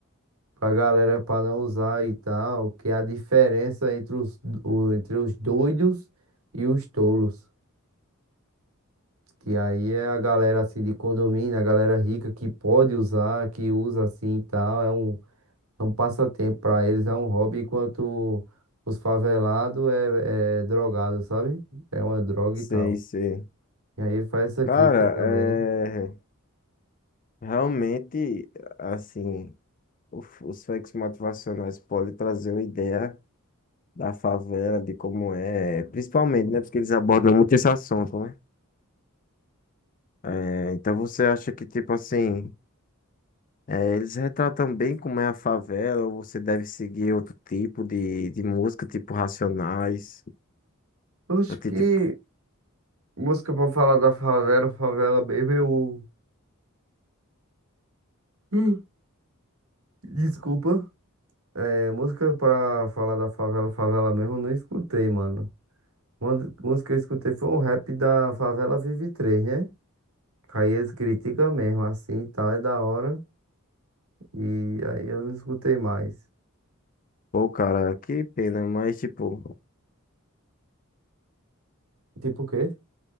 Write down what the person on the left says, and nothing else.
sei,
sei.
Cara,
é, realmente, assim, o f- os fakes motivacionais podem trazer uma ideia da favela, de como é, principalmente, né? Porque eles abordam muito esse assunto, né? É, então você acha que, tipo assim, é, eles retratam bem como é a favela, ou você deve seguir outro tipo de, de música, tipo Racionais?
Eu te-
Tipo,
pô, cara, que pena, mas, tipo.